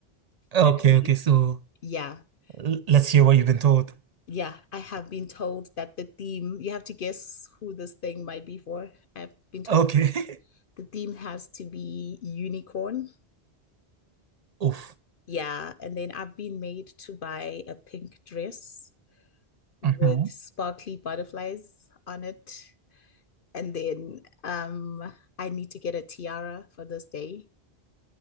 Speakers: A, on the right; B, on the left.
A: okay,
B: actually.
A: okay. So
B: Yeah.
A: l- let's
B: S-
A: hear what you've been told.
B: Yeah, I have been told that the theme, you have to guess who this thing might be for. I've been told
A: Okay.
B: the theme has to be unicorn.
A: <laughs> Oof.
B: Yeah, and then I've been made to buy a pink dress with
A: hmm
B: sparkly butterflies on it. And then um, I need to get a tiara for this day.